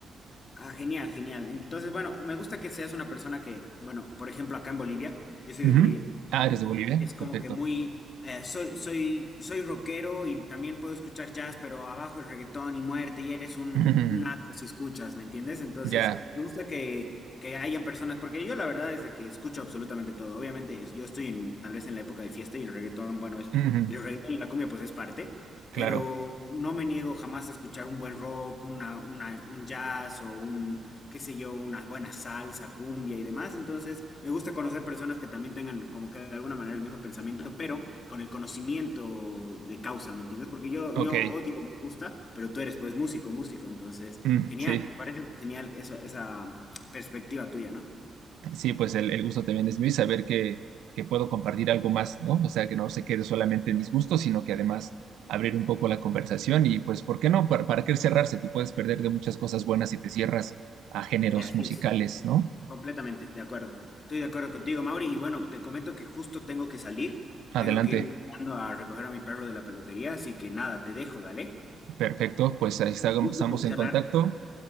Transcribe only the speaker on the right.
Ujú.
Ah, eres de Bolivia,
perfecto.
<laughs> Ujú.
Ya,
Ujú.
Claro,
ok,
Mm,
sí.
Sí, pues el, el gusto también es mío y saber que, que puedo compartir algo más, ¿no? O sea, que no se quede solamente en mis gustos, sino que además abrir un poco la conversación y pues, ¿por qué no? ¿Para, para qué cerrarse? Te puedes perder de muchas cosas buenas si te cierras a géneros
musicales,
¿no?
Adelante,
perfecto, pues ahí está-
estamos
en
contacto